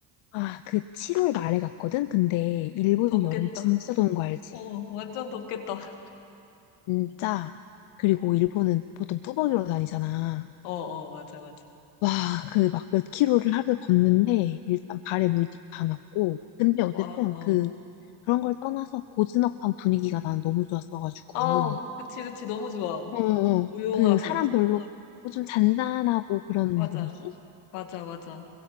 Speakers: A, on the left; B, on the left.
A: 아, 그 7월 말에 갔거든? 근데 일본
B: 덥겠다.
A: 여름 진짜 더운 거 알지?
B: 어, 완전 덥겠다.
A: 진짜. 그리고 일본은 보통 뚜벅이로 다니잖아.
B: 어, 어, 맞아, 맞아.
A: 와, 그 막 몇 킬로를 하루에 걷는데 일단 발에 물집 다 났고. 근데 어쨌든
B: 와, 어.
A: 그, 그런 걸 떠나서 고즈넉한 분위기가 난 너무 좋았어가지고.
B: 아, 그치, 그치, 너무 좋아.
A: 어, 어.
B: 조용하고.
A: 그 사람 별로 없고 좀 잔잔하고 그런
B: 맞아,
A: 분위기?
B: 맞아, 맞아.